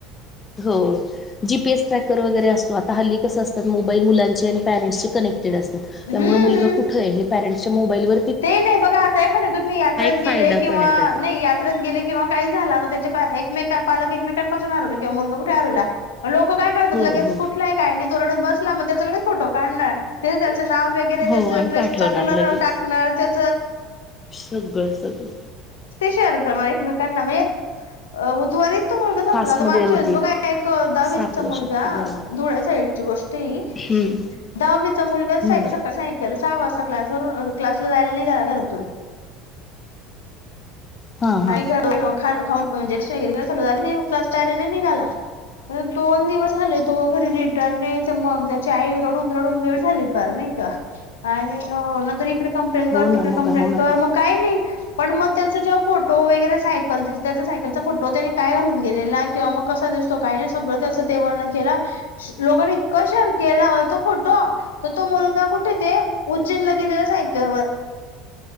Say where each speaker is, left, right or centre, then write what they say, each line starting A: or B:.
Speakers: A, on the left; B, on the left.
A: हो. जीपीएस ट्रॅकर वगैरे असतो. आता हल्ली कस असतं? मोबाईल मुलांशी आणि पॅरेंन्टसशी कनेक्ट केला जातो,
B: हम्म
A: त्यामुळे मुलगा कुठए हे पॅरेट्सच्या मोबाइलवर
B: ते नाही बघा, आता एखाद्या तुम्ही यात्रेत
A: फायदा
B: गेले किंवा
A: पण आहे त्याचा
B: नाही यात्रेत गेले काही झाला म त्याचे पाय एकमेका पालक एकमेकांपासून हरवले किंवा मुलगा कुठे हरवला लोकं काय करतात?
A: हो
B: लगेच
A: हो
B: कुठलाही काय आन तो रडत बसला मग, त्याचा लगेच फोटो काढणार तेच त्या च नाव वगेरे,
A: हो
B: त्याच
A: आणि
B: ड्रेस
A: पाठवणार
B: चा कलर
A: लगेच.
B: अ टाक <unintelligible> ते
A: सगळं सगळं
B: शेअर करणार एकमेकांना म्हणजे उ त्वरित तो मुलगा सापडला
A: फास्टमध्ये
B: ना, मागच्या
A: होती
B: वेळेस बघा एक दहावीचा
A: सापडू
B: मुलगा
A: शकते बरोबर
B: धुळ्या साईडची गोष्टए ही
A: हम्म
B: दहावीचा मुलगाचं
A: हम्म
B: सका सायकल सहा वाजता क्लास वरून अ क्लासला जायाला नाही घरातून. <unintelligible>
A: हां हां.
B: क्लासच्या <unintelligible> निघाला. आता दोन दिवस झाले तो घरी रिटर्न नाही येते, मघ त्याची आई रडून रडून <unintelligible> झाली पार. नाही का, आणि अ नंतर इकडे इकडं कम्प्लेन कर
A: हो ना
B: तिकडं
A: मग
B: कम्प्लेन
A: काय होणारच
B: कर म काही नाही पण म त्याचा जाँब फोटो वगैरे सायकल दिसते, त्याच्या सायकलचा फोटो म काय घालून गेलेला, तो कसा दिसतो काय दिसतो त्याचं ते वर्णन केल लोगांनी इतका शेअर केला होता, तो फोटो तो मुलगा कुठ ते ते उज्जैन ला गेलेला, सायकल वर